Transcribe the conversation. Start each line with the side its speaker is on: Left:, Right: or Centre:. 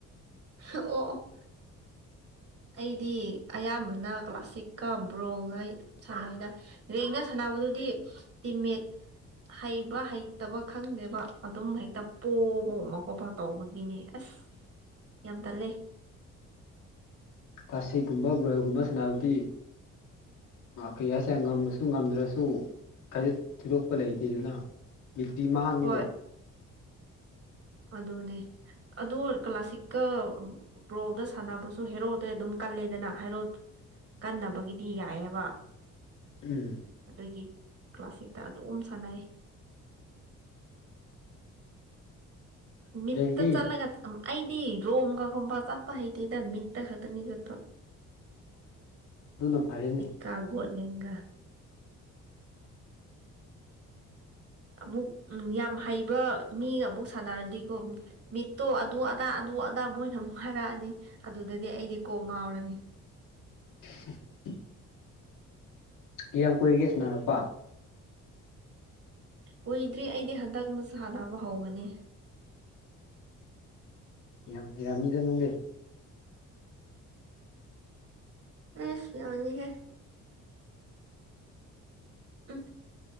Right: ꯑꯣ ꯑꯣ ꯑꯩꯗꯤ ꯑꯌꯥꯝꯕꯅ ꯀ꯭ꯂꯥꯁꯤꯛꯀ ꯕ꯭ꯔꯣꯒ ꯁꯥꯟꯅꯗꯦ ꯔꯦꯡꯒ ꯁꯥꯟꯅꯕꯗꯨꯗꯤ ꯇꯤꯝꯃꯦꯠ ꯍꯩꯕ ꯍꯩꯇꯕ ꯈꯪꯗꯦꯕ ꯑꯗꯨꯝ ꯍꯦꯛꯇ ꯄꯣꯕꯒꯨꯝꯕ ꯈꯣꯠꯄ ꯇꯧꯕꯒꯤꯅꯤ ꯑꯁ
Left: <inaudible>
Right: ꯌꯥꯝ ꯇꯜꯂꯦ
Left: ꯀꯥꯜꯁꯤꯛꯒꯨꯝꯕ ꯔꯣꯔꯦꯜꯒꯨꯝꯕ ꯁꯥꯟꯅꯕꯗꯤ ꯀꯩꯌꯥꯁ ꯉꯝꯃꯁꯨ ꯉꯝꯗ꯭ꯔꯁꯨ ꯀꯩꯁꯨ ꯊꯣꯏꯗꯣꯛꯄ ꯂꯩꯇꯦꯗꯅ ꯕꯤꯠꯇꯤ ꯃꯥꯡꯉꯦꯕ
Right: ꯍꯣꯏ ꯑꯗꯨꯅꯦ ꯑꯗꯨ ꯀ꯭ꯂꯥꯁꯤꯛꯀ ꯕꯣꯜꯗ ꯁꯥꯟꯅꯕꯁꯨ ꯍꯦꯔꯣꯗꯩ ꯑꯗꯨꯝ ꯀꯜꯂꯦꯗꯅ ꯍꯦꯔꯣ ꯀꯥꯟꯅꯕꯒꯤꯗꯤ ꯌꯥꯏꯌꯦꯕ
Left: ꯎꯝ
Right: ꯑꯗꯨꯒꯤ ꯀ꯭ꯂꯥꯁꯤꯛꯇ ꯑꯗꯨꯝ ꯁꯥꯟꯅꯩ ꯃꯤꯠꯇ
Left: ꯔꯦꯡꯗꯤ
Right: ꯆꯠꯂꯒ ꯎꯝ ꯑꯩꯗꯤ ꯔꯣꯝꯒ ꯒꯨꯝꯕ ꯆꯠꯄ ꯍꯩꯇꯦꯗ ꯃꯤꯠꯇ ꯈꯛꯇꯅꯤ ꯆꯠꯄ
Left: ꯑꯗꯨꯅ ꯐꯔꯦꯅꯦ
Right: ꯀꯥꯒꯣꯠꯂꯦꯒ ꯑꯃꯨꯛ ꯎꯝ ꯌꯥꯝ ꯍꯩꯕ ꯃꯤ ꯑꯃꯨꯛ ꯁꯥꯟꯅꯔꯗꯤꯀꯣ ꯃꯤꯠꯇꯣ ꯑꯗꯨ ꯑꯗꯥ ꯑꯗꯨ ꯑꯗꯥ ꯃꯣꯏꯅ ꯑꯃꯨꯛ ꯍꯥꯏꯔꯛꯑꯅꯤ ꯑꯗꯨꯗꯗꯤ ꯑꯩꯗꯤ ꯀꯣꯛ ꯉꯥꯎꯔꯅꯤ
Left: <unintelligible> ꯀꯌꯥꯝ ꯀꯨꯏꯔꯒꯦ ꯁꯥꯟꯅꯔꯛꯄ
Right: ꯀꯨꯏꯗ꯭ꯔꯤ ꯑꯩꯗꯤ ꯍꯟꯗꯛꯅ ꯁꯥꯟꯅꯕ ꯍꯧꯕꯅꯦ
Left: ꯌꯥꯝ ꯍꯩꯔꯝꯅꯤꯗ ꯑꯗꯨꯗꯤ
Right: ꯑꯩꯁ ꯌꯥꯅꯤ ꯍꯦ ꯎꯝ